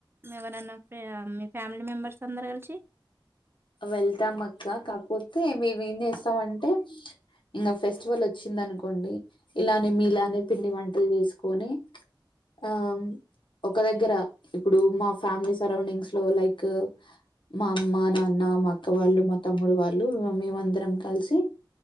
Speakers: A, on the right (about 25°); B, on the left (about 70°).
A: మీ ఎవరైనా మీ ఫ్యామిలీ మెంబెర్స్ అందరు కలిసి.
B: వెళ్తాం అక్క. కాపోతే మేము ఏం చేస్తామంటే. ఇంగా ఫెస్టివల్ వచ్చిందనుకోండి. ఇలానే మీలానే పిండి వంటలు వేసుకొని. ఆమ్ ఒక దగ్గర ఇప్పుడు మా ఫ్యామిలీ సరౌండింగ్స్ లో లైక్. మా అమ్మ, నాన్న నా మా అక్క వాళ్ళు, మా తమ్ముడు వాళ్ళు, మేమందరం కలిసి.